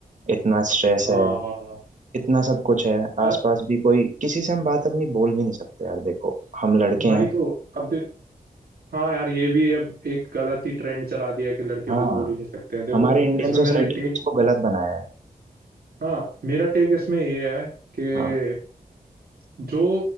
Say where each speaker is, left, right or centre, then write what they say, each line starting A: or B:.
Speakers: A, on the right; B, on the right.
A: इतना स्ट्रेस
B: हाँ
A: है
B: हाँ, हाँ।
A: इतना सब कुछ है
B: यार
A: आसपास भी कोई किसी से हम बात अपनी बोल भी नहीं सकते यार देखो हम लड़के
B: भाई
A: हैं
B: तो अब देख हाँ यार ये भी अब एक गलत ही ट्रेंड चला दिया है कि लड़के
A: हाँ
B: कुछ बोल ही नहीं सकते हैं देखो
A: हमारे इंडियन
B: इसमें मेरा
A: सोसाइटी ने
B: टेक
A: इसको गलत बनाया है
B: हाँ मेरा टेक इसमें ये है कि
A: हाँ
B: जो